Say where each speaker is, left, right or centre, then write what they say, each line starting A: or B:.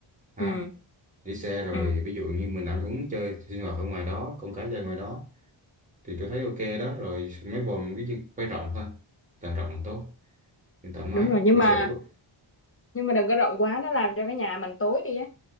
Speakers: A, on the right; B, on the left.
A: ha
B: ừ
A: để xe rồi
B: ừ
A: ví dụ như mình ăn uống chơi sinh hoạt ở ngoài đó con cái chơi ngoài đó thì tôi thấy ok đó rồi mấy vòm cái gì phải rộng thôi càng rộng càng tốt càng thoải mái
B: đúng rồi nhưng
A: cửa
B: mà
A: sổ
B: nhưng mà đừng có rộng quá nó làm cho cái nhà mình tối đi á